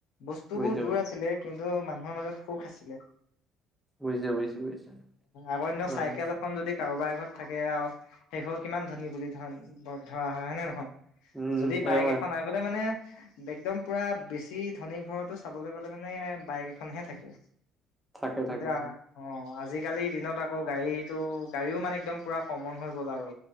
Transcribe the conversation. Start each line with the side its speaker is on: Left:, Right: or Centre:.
Left: বস্তু
Centre: বুজিছো,
Left: বোৰ দূৰ আছিলে কিন্তু মান মানুহৰ মাজত সুখ আছিলে,
Centre: বুজিছো, বুজিছো, বুজিছো,
Left: আগৰ দিনত
Centre: অ', উম,
Left: চাইকেল এখন যদি কাৰোবাৰ ঘৰত থাকে আৰু সেই ঘৰ কিমান ধনী বুলি ধন ধৰা হয় হয় নে নহয়?
Centre: উম
Left: যদি
Centre: সেইটো
Left: বাইক
Centre: হয়,
Left: এখন আগতে মানে একদম পুৰা বেছি ধনী ঘৰতো চাবলৈ গলে মানে বাইক এখনহে থাকে
Centre: থাকে,
Left: কিন্তু
Centre: থাকে,
Left: অ, আজি আজিকালি দিনত আকৌ গাড়ীতটো গাড়ীও মানে একদম পুৰা কমন হৈ গ'ল আৰু।